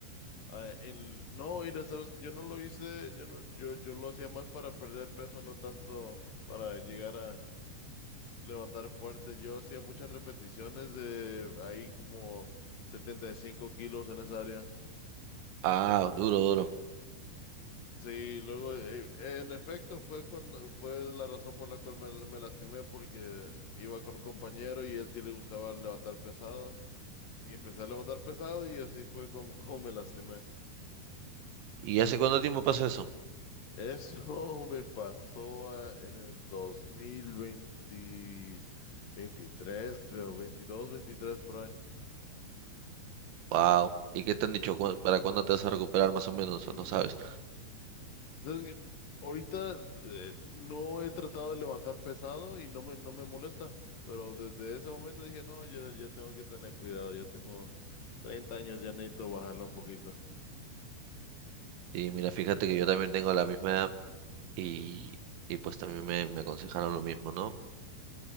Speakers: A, on the left; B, on the right.
A: Ah, el- no, mira, sabes, yo no lo hice, yo no, yo, yo lo hacía más para perder peso, no tanto para llegar a levantar fuerte. Yo hacía muchas repeticiones de ahí como 75 kilos en esa área.
B: Ah, duro, duro.
A: Sí, luego, eh, en efecto, fue cuando fue la razón por la cual me, me lastimé, porque iba con un compañero y él sí le gustaba levantar pesado, y empecé a levantar pesado y así fue como, como me lastimé.
B: ¿Y hace cuánto tiempo pasó eso?
A: Eso <laughs> me pasó ah, en el 2020, 23, creo, 22, 23 por ahí.
B: Wow. ¿Y qué te han dicho? ¿Cuán- ¿Para cuándo te vas a recuperar más o menos?
A: <clears throat>
B: ¿O no sabes?
A: Entonces, en- ahorita eh, no he tratado de levantar pesado y no me, no me molesta, pero desde ese momento dije, no, ya, ya tengo que tener cuidado, ya tengo 30 años, ya necesito bajarla un poquito.
B: Sí, mira, fíjate que yo también tengo la misma edad y, y pues también me, me aconsejaron lo mismo, ¿no?